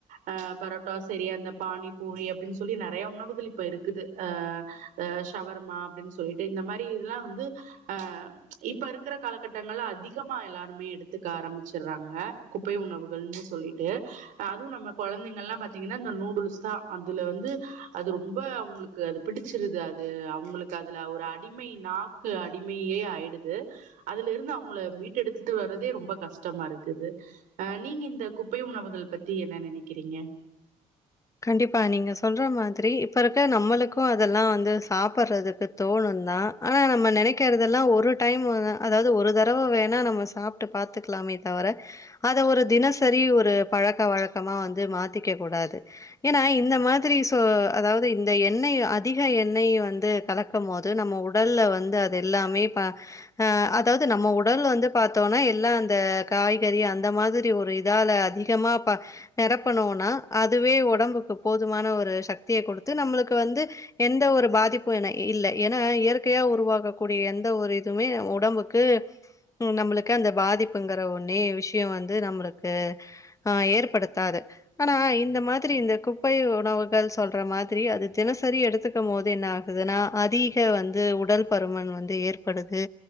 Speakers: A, on the right; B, on the left.
A: அ பரோட்டா சரி அந்த பானி பூரி அப்டின்னு சொல்லி நிறைய உணவுகள் இப்ப இருக்குது அ ஷவர்மா அப்படின் சொல்லிட்டு இந்த மாதிரி இதெல்லா வந்து ஆ இப்ப இருக்குற காலகட்டங்கள்ல அதிக கமா எல்லாருமே எடுத்துக்க ஆரம்பிச்சுடுறாங்க குப்பை உணவுகள்னு சொல்லி அதுவும் நம்ம குழந்தைங்க எல்லா பாத்தீங்கன்னா இந்த நூடுல்ஸ் தா அதுல வந்து அது ரொம்ப அவுங்களுக்கு க்கு அது பிடிச்சிருது அது அவுங்களுக்கு அதுல ஒரு அடிமை நாக்கு அடிமையே ஆயிடுது அதுல இருந்து அவுங்கள மீட்டு எடுத்துட்டு வர்றதே ரொம்ப கஷ்டமா இருக்குது அ நீங்க இந்த கு உணவுகள் பத்தி என்ன நினைக்கிறீங்க
B: கண்டிப்பா நீங்க சொல்ற மாதிரி இப்ப இருக்க நம்மளுக்கும் அதெல்லா வந்து சாப்பிட்றதுக்கு தோணும் தா ஆனா நம்ம நினைக்கிறதெல்லா ஒரு டைம் அதாவது ஒரு தடவ வேணா நம்ம சாப்ட்டு பாத்துக்கலாமே தவிர அத ஒரு தினசரி ஒரு பழக்க வழக்கமா வந்து மாத்திக்க கூடாது ஏன்னா இந்த மாதிரி சோ அதாவது இந்த எண்ணெய் அதிக எண்ணெய் வந்து கலக் கும் போது நம்ம உடல்ல வந்து அது எல்லாமே அ அதாவது நம்ம உடல் வந்து பாத்தோம்னா எல்லா அந்த காய்கறி அந்த மாதிரி ஒரு இதால அதிக கமா நிரப்பனும்னா அதுவே உட உடம்புக்கு போதுமான ஒரு சக்திய குடுத்து நம்மளுக்கு வந்து எந்த ஒரு பாதிப்பும் என இல்ல ஏன்னா இயற்கையா உருவாகக்கூடிய எந்த ஒரு இதுமே உடம்புக்கு நம்மளுக்கு அந்த பாதிப்புங்கற ஒன்னே விஷயம் வந்து நம்மளுக்கு ஆ ஏற்படுத்தாது ஆனா இந்த மாரி திரி இந்த குப்பை உணவுகள் சொல்ற மாதிரி அது தினசரி எடுத்துக்கும் போது என்ன ஆகுதுனா அதிக வந்து உடல் பருமன் வந்து ஏற்படுது